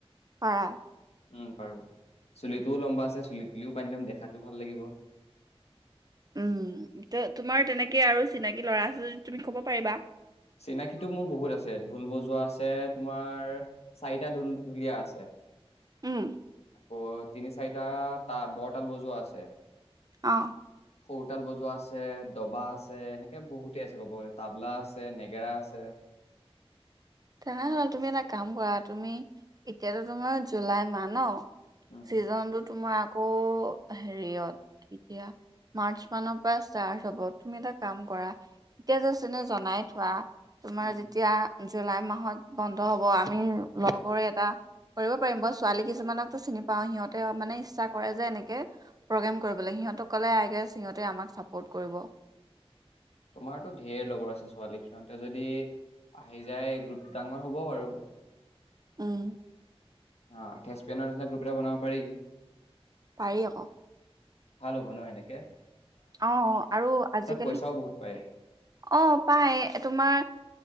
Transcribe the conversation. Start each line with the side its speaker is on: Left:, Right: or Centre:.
Right: পৰাৰা
Left: উম পাৰো চুলিটোও লম্বা আছে চুলি তুলিও বান্ধি লম দেখাতটো ভাল লাগিব
Right: উম তোমাৰ তেনেকে আৰু চিনাকি ল'ৰা আছে যদি তুমি ক'ব পাৰিবা
Left: চিনাকীটো মোৰ বহুত আছে ঢোল বজোৱা আছে তোমাৰ চাৰিটা ঢোল ঢুলীয়া আছে
Right: উম
Left: অ তিনি চাৰিটা তা বৰ তাল বজোৱা আছে
Right: আহ
Left: সৰুতাল বজোৱা আছে দবা আছে এনেকে বহুতে আছে ক'ব গ'লে তাবলা আছে আছে নেগেৰা আছে
Right: তেনেহলে তুমি এটা কাম কৰা তুমি এতিয়াতো তোমাৰ জুলাই মাহ ন
Left: উম
Right: ছিজনটোত তোমাৰ আকৌ হেৰিয়ত এতিয়া মাৰ্চ মানৰ পৰা ষ্টাৰ্ট হব তুমি এটা কাম কৰা এতিয়া জাষ্ট এনেই জনাই থোৱা তোমাৰ
Left: উম
Right: যেতিয়া লাই মাহত বন্ধ হ'ব আমি লগৰে এটা কৰিব পাৰিম মই ছোৱালী কিছুমানকো চিনি পাওঁ সিহঁতে মানে ইচ্ছা কৰে যে এনেকে প্ৰগ্ৰেম কৰিব লাগে সিহঁতক ক'লে আই গেছ সিহঁতে আমাক চাপৰ্ট কৰিব
Left: তোমাৰতো ঢেৰ লগৰ আছে ছোৱালী সিহঁতে যদি আহি যায় গ্ৰুপটো ডাঙৰ হ'ব বাৰু
Right: উম
Left: অ তেচপেনৰ নিচিনা গ্ৰুপ এটা বনাব পাৰি
Right: পাৰি আকৌ
Left: ভাল হব ন এনেকে
Right: অ আৰু আজিকালি
Left: পইচাও বহুত পায়
Right: অ পাই তোমাৰ